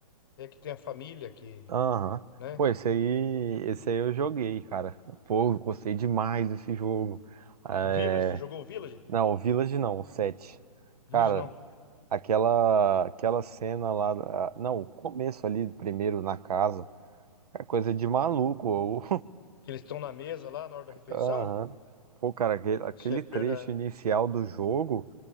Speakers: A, on the left (about 35°); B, on the right (about 80°).
A: É que tem a família que,
B: Aham.
A: né?
B: Pô, esse aí,
A: E
B: esse aí eu joguei, cara. Pô, eu gostei demais desse jogo. É...
A: o Village, você jogou o Village?
B: Não, o Village não, o 7.
A: Village
B: Cara,
A: não.
B: aquela, aquela cena lá. da- Não, o começo ali, primeiro na casa. É coisa de maluco. ô.
A: Que eles estão na mesa lá na hora da
B: <laughs>
A: refeição.
B: Aham. Pô, cara, aquele, aquele
A: Isso é
B: trecho
A: verdade.
B: inicial do jogo